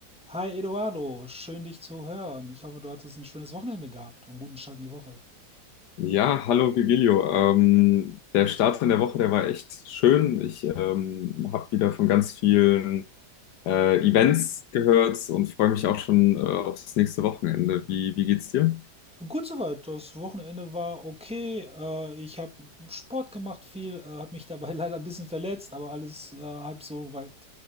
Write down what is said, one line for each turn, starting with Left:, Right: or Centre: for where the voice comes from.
Centre: Hi Eduardo, schön dich zu hören. Ich hoffe, du hattest ein schönes Wochenende gehabt und einen guten Start in die Woche.
Left: Ja, hallo Vigilio. Ähm, der Start in der Woche, der war echt schön. Ich ähm, habe wieder von ganz vielen äh, Events gehört und freue mich auch schon äh, aufs nächste Wochenende. Wie, wie geht's dir?
Centre: Gut soweit, das Wochenende war okay. Äh, Ich habe Sport gemacht viel, äh, habe mich dabei <laughs> leider ein bisschen verletzt, aber alles äh, halb so weit